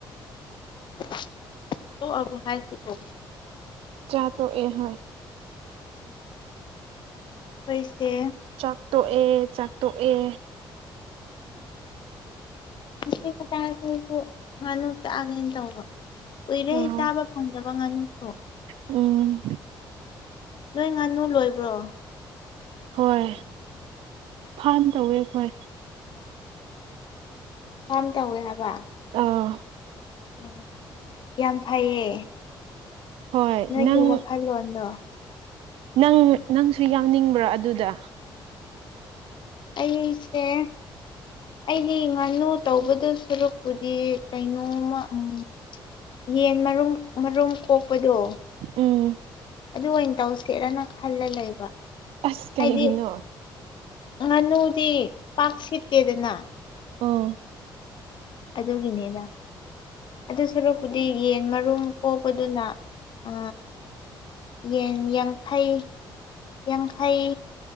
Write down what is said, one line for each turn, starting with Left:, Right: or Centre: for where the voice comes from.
Left: ꯆꯥꯛ <unintelligible> ꯇꯣꯛꯑꯕꯣ ꯍꯥꯏꯁꯤꯕꯣ
Right: ꯆꯥ ꯇꯣꯛꯑꯦ ꯍꯥꯏ
Left: ꯄꯩꯁꯦ
Right: ꯆꯥꯛꯇꯣꯛꯑꯦ ꯆꯥꯛꯇꯣꯛꯑꯦ
Left: ꯉꯁꯤ <unintelligible> ꯏꯇꯥꯈꯣꯏꯁꯨ <unintelligible> ꯉꯥꯅꯨ ꯆꯥꯒꯦꯅ ꯇꯧꯕ ꯀꯨꯏꯔꯦ
Right: ꯎꯝ
Left: ꯆꯥꯕ ꯐꯪꯗꯕ ꯉꯥꯅꯨꯁꯨ
Right: ꯎꯝ
Left: ꯅꯣꯏ ꯉꯥꯅꯨ ꯂꯣꯏꯕ꯭ꯔꯣ
Right: ꯍꯣꯏ ꯐꯥꯝ ꯇꯧꯋꯦ ꯑꯩꯈꯣꯏ
Left: ꯐꯥꯝ ꯇꯧꯋꯦ ꯍꯥꯏꯕ
Right: ꯑꯧ
Left: ꯑꯣ ꯌꯥꯝ ꯐꯩꯌꯦ
Right: ꯍꯣꯏ
Left: ꯅꯣꯏꯒꯤ
Right: ꯅꯪ
Left: ꯋꯥꯈꯜꯂꯣꯟꯗꯣ
Right: ꯅꯪ ꯅꯪꯁꯨ ꯌꯥꯎꯅꯤꯡꯕ꯭ꯔꯥ ꯑꯗꯨꯗ
Left: ꯑꯩꯁꯦ ꯑꯩꯗꯤ ꯉꯥꯅꯨ ꯇꯧꯒꯗꯧ ꯁꯔꯨꯛ ꯄꯨꯗꯤ ꯀꯩꯅꯣꯝꯃ ꯎꯝ ꯌꯦꯟ ꯃꯔꯨꯝ ꯃꯔꯨꯝ ꯀꯣꯛꯄꯗꯣ
Right: ꯎꯝ
Left: ꯑꯗꯨ ꯑꯣꯏꯅ ꯇꯧꯁꯤꯔꯥꯅꯥ ꯈꯜꯂ ꯂꯩꯕ
Right: ꯑꯁ ꯀꯩꯒꯤꯅꯣ
Left: ꯍꯥꯏꯗꯤ ꯉꯥꯅꯨꯗꯤ ꯄꯥꯛ ꯁꯤꯠꯇꯦꯗꯅꯥ
Right: ꯑꯣ
Left: ꯑꯗꯨꯒꯤꯅꯤꯗꯥ ꯑꯗꯨ ꯁꯔꯨꯛ ꯄꯨꯗꯤ ꯌꯦꯟ ꯃꯔꯨꯝ ꯀꯣꯛꯄꯗꯨꯅ ꯑ ꯌꯦꯟ ꯌꯥꯡꯈꯩ ꯌꯥꯡꯈꯩ